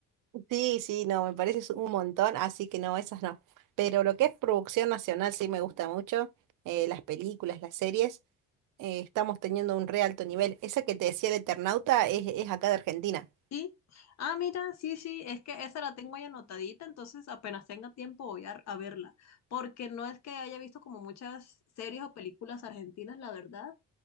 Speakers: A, on the right; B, on the left.
A: Sí, sí, no, me parece es un montón, así que no, esas no. Pero lo que es producción nacional sí me gusta mucho, eh, las películas, las series. eh, estamos teniendo un re alto nivel. Esa que te decía el Eternauta es, es acá de Argentina.
B: Sí, ah, mira, sí, sí, es que esa la tengo ahí anotadita, entonces apenas tenga tiempo voy a, a verla, porque no es que haya visto como muchas series o películas argentinas, la verdad,